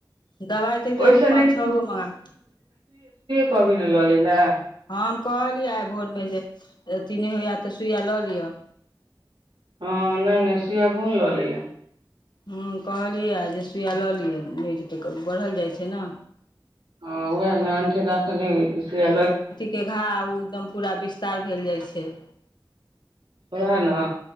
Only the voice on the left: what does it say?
दबाइ तऽ देली
पाँच
छओ गो मंगा
हँ हम कहलियै आइ भोरमे जैय अथी नैय होइ। तऽ सुइया लऽ लिअ
ह्मँ कहलियैए है सुइया लऽ लिअ नैइ जतैय कहू न बढ़ल जाइ छैय ने
के घा ओ एकदम पूरा विस्तार भेल जाइ छैय